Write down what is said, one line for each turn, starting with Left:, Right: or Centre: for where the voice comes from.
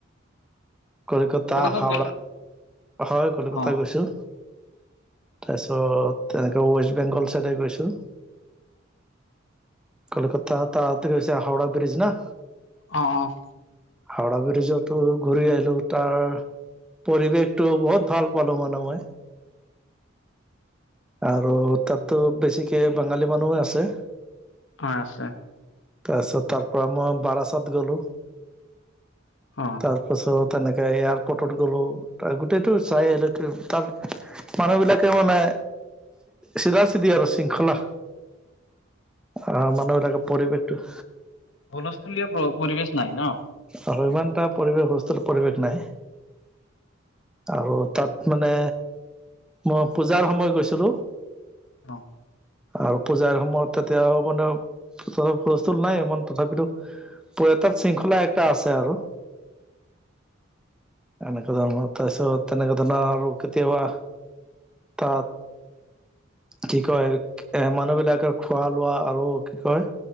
Centre: কলিকতা,
Left: কলকাতাত
Centre: হাওৰা,
Left: গৈছে
Centre: হয় কলকতাত
Left: অ'
Centre: গৈছো। তাৰ পিছত তেনেকে ৱেষ্ট বেংগল চাইডে গৈছো। কলকাতা তাৰতে কৈছে হাওৰা ব্ৰিজ ন?
Left: অ অ,
Centre: হাওৰা ব্ৰিজতো ঘূৰি আহিলোঁ, তাৰ পৰিৱেশটো বহুত ভাল পালোঁ মানে মই। আৰু তাতো বেছিকে বাঙালী মানুহ আছে।
Left: হয় আছে।
Centre: তাৰপিছত তাৰ পৰা মই বাৰাছাত গ'লো।
Left: অঁ,
Centre: তাৰপাছত তেনেকে এয়াৰপৰ্টত গ'লো, গোটেইটো চাই আহিল। তাৰ মানুহ বিলাকে মানে চিধা চিধি আৰু শৃংখলা। আহ মানুহবিলাকে পৰিৱেশটো
Left: হুলস্থলীয়া পৰিৱেশ নাই ন?
Centre: আৰু ইমান এটা পৰিৱেশ সুস্থত পৰিৱেশ নাই। আৰু তাত মানে মই পূজাৰ সময় গৈছিলো।
Left: অ,
Centre: আৰু পূজাৰ সময়ত তেতিয়া মানে ফ <unintelligible> স্থুল নাই ইমান তথাপিতো পয়টাত শৃংখলা একটা আছে আৰু এনেকুৱা ধৰণৰ। তাৰপিছত তেনেক ধনৰ আৰু কেতিয়াবা তাত কি কয়? এ মানুহ বিলাকে খোৱা লোৱা আৰু কি কয়?